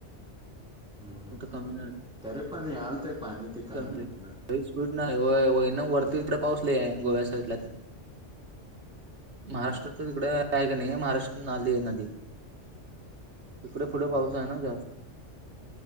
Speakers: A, in the centre; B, on the right.
A: हम्म हम्म
B: आता कमी
A: तरी पण याल ते पाणी तिकडनं
B: कमी
A: कुठनं.
B: लई स्पीडनं हाय हो, <unintelligible> मराठी तिकडं पाऊस लय हाय गोव्याच्या साईडला. महाराष्ट्राच
A: हम्म
B: तिकड आहे का ना, ही महाराष्ट्रात नाली आहे नदी. तिकडं फुडे
A: हा
B: पाऊस हाय ना जास्